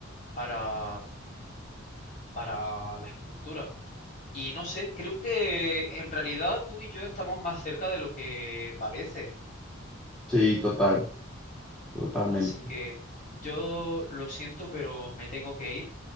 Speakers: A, on the left (about 35°); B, in the centre.
A: para, para la escultura. Y no sé, creo que en realidad tú y yo estamos más cerca de lo que parece.
B: Sí, total, totalmente.
A: Así que yo lo siento, pero me tengo que ir.